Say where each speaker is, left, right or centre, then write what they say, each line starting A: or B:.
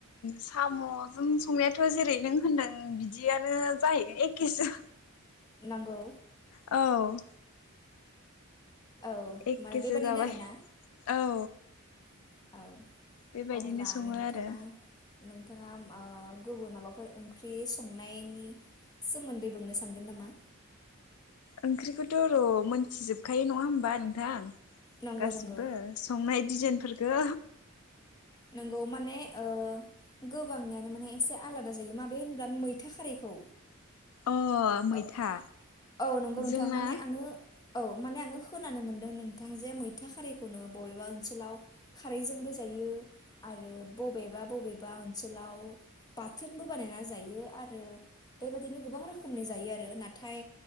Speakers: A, on the left; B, on the left.
A: साम'जों संनायाथ' जेरै नों होनदों बिदियानो जाहैगोन एखेसो।
B: नंगौ।
A: औ।
B: औ
A: एककेसो
B: माने बेबादिनो
A: जाबाय
B: आरोना
A: औ।
B: <unintelligible>
A: बेबायदिनो
B: अब्ला
A: सङो
B: नोंथाङा
A: आरो।
B: नोंथाङा ओ गुबुन माबाफोर ओंख्रि संनायनि सोमोन्दै बुंनो सानगोन नामा?
A: ओंख्रिखौथ' र' मोनथिजोबखायो नङा होमबा नोंथां।
B: नंगौ
A: गासिबो
B: नंगौ
A: संनाय दिजेन फोरखो।
B: नोंगौ माने ओ गोबांनियानो माने एसे आलादा जायो माबे होनोबब्ला मैथा खारैखौ
A: अ मैथा
B: ओ औ नंगौ नोंथां
A: जोंना
B: माने आङो औ माने आङो खोनानो मोनदों नोंथां जे मैथा खारैखौनो बबेबा ओनसोलाव खारैजोंबो जायो। आरो बबेबा बबेबा ओनसोलाव बाथोनबो बानायना जायो आरो बेबादिनो गोबां रोखोमनि जायो आरो नाथाय